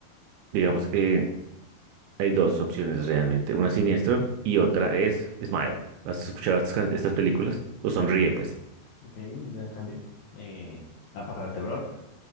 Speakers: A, on the right; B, on the left.
A: digamos que hay dos opciones realmente, una es Siniestro y otra es Smile. ¿Has escuchado estas, can- estas películas? ¿O Sonríe, pues?
B: Ok, un gran cambio. Eh, a pasar a terror.